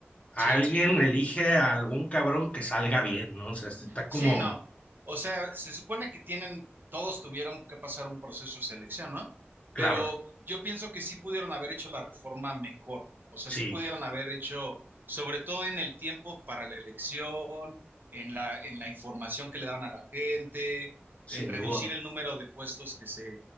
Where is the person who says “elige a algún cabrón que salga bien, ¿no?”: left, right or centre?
Left